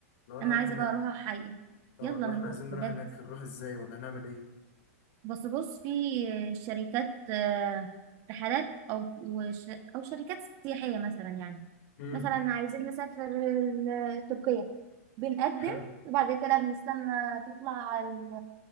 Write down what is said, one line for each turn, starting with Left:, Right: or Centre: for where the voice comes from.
Left: لو انا
Right: انا
Left: هروح
Right: عايزه
Left: هناك
Right: بقى اروحه حقيقي
Left: اه
Right: يلا
Left: لو
Right: نروح
Left: احنا عايزين نروح
Right: بجد
Left: هناك هنروح ازاي ولا هنعمل ايه
Right: بس بص في شركات آه، رحلات او وش- او شركات سياحيه مثلا يعني
Left: امم
Right: مثلا عايزين نسافر ال- تركيا بنقدم
Left: حلو
Right: وبعد كده بنستنى تطلع ال...